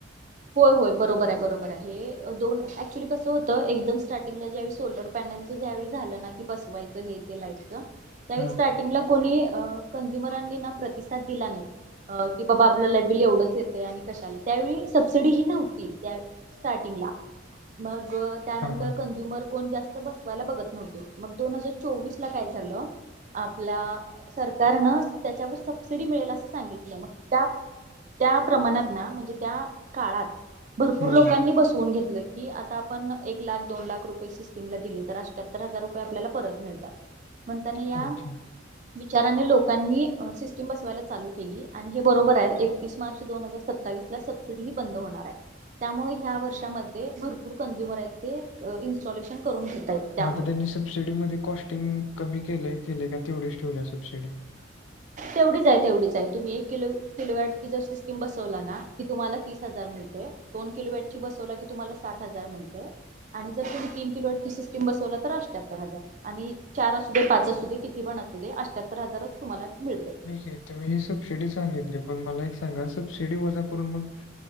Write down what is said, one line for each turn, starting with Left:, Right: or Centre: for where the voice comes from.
Right: होय होय बरोबर आहे बरोबर आहे, हे दोन ऍक्च्युली कसं होतं एकदम स्टार्ट. ज्यावेळी सोलर पॅनलच ज्यावेळी झालं ना, की बसवायचं हे ते लाईटच. त्यावेळी
Left: हा
Right: स्टार्टिंगला कोणी कंझ्युमरांनी ना प्रतिसाद दिला नाही. की बाबा आपला लाईट बिल एवढंच येतय, आणि कशाला त्यावेळी. सबसिडी ही नव्हती त्या स्टार्टिंगला. मग त्यानंतर
Left: हा हा
Right: कंझ्युमर कोण जास्त बसवायला बघत नव्हत, मग दोन हजार चोवीस ला काय झालं? आपल्या सरकारनं त्याच्यावर सबसिडी मिळेल असं सांगितलं, मग त्या त्या प्रमाणात ना म्हणजे त्या. काळात भरपूर
Left: हम्म
Right: लोकांनी बसवून घेतलंय. कि आता आपण एक लाख दोन लाख रुपये सिस्टीम ला दिली तर, अठ्याहत्तर हजार रुपये आपल्याला परत मिळतात.
Left: <inaudible>
Right: म्हणताना या
Left: अच्छा
Right: विचाराने लोकांनी सिस्टीम बसवायला चालू केली.. आणि हे बरोबर आहे, एकतीस मार्च दोन हजार सत्तावीसला बंद होणार आहे, त्यामुळे या वर्षांमध्ये भरपूर कंज्यूमर आहेत ते इन्स्टॉलेशन करून घेतायत, त्यामुळे.
Left: मग आता त्यांनी सबसिडीमध्ये कॉस्टिंग कमी केलं केलेय का? तेवढीच ठेवल्या सबसिडी?
Right: तेवढीच आहे तेवढच आहे, तुम्ही एक किलो किलो वॅट जर सिस्टीम बसवला ना तुम्हाला तीस हजार मिळते, दोन किलोवॅटची बसवला की तुम्हाला साठ हजार मिळते आणि तुम्ही तीन किलोटची सिस्टीम बसवला तर अष्ट्याहत्तर हजार. आणि चार असू दे, पाच असू दे, किती पण असू दे, अष्ठ्याहत्तर हजारच तुम्हाला मिळतय.
Left: तर मी ही सबसिडी सांगितली, पण मला एक सांगा? सबसिडी वजा करून मग